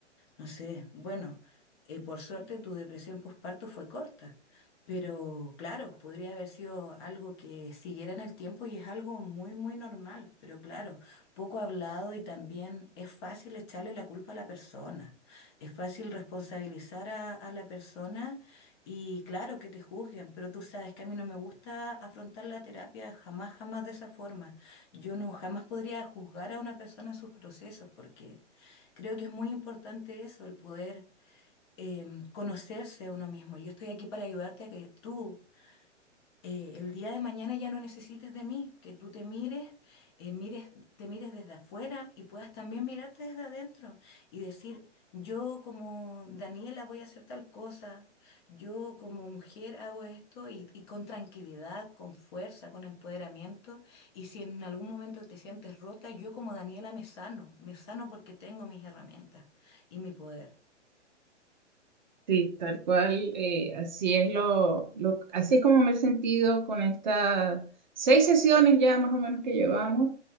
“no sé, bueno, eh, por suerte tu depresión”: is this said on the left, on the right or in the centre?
Left